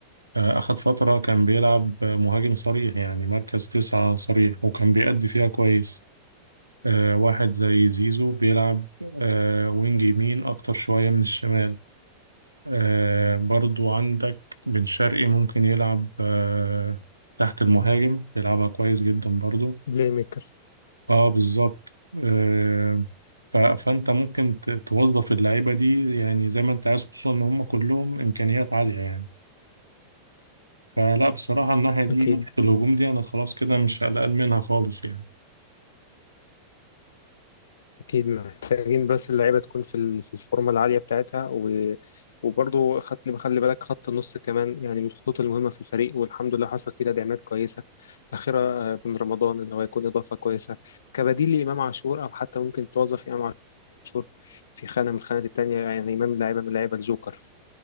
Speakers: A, on the right (about 80°); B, on the left (about 65°).
A: آه، أخد فترة كان بيلعب مهاجم صريح يعني مركز تسعة صريح وكان بيأدي فيها كويس آه واحد زي زيزو بيلعب آه وينج يمين أكتر شوية من الشمال آه برضو عندك بن شرقي ممكن يلعب آه تحت المهاجم بيلعبها كويس جدا برضو
B: بلاي ميكر
A: اه بالظبط آه ف- فأنت ممكن ت- توظف اللعيبة دي يعني زي ما أنت عايز خصوصا إن هم كلهم إمكانيات عالية يعني فلا بصراحة الناحية دي
B: أكيد
A: ناحية الهجوم دي أنا خلاص كده مش قلقان منها خالص يعني
B: أكيد محتاجين بس اللعيبة تكون في ال- في الفورمة العالية بتاعتها و... وبرضه خدت خلي بالك خط النص كمان يعني من الخطوط المهمة في الفريق والحمد لله حصل فيه تدعيمات كويسة أخيرا آه، بن رمضان اللي هو يكون إضافة كويسة كبديل لإمام عاشور أو حتى ممكن توظف إمام عاشور في خانة من الخانات التانية يعني إمام لاعبة من لاعيبة الجوكر